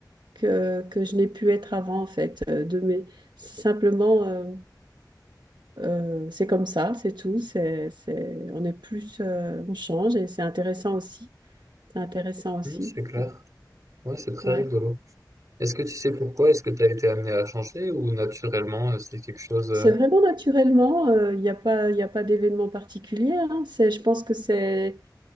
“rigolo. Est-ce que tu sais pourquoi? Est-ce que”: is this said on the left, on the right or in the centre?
Right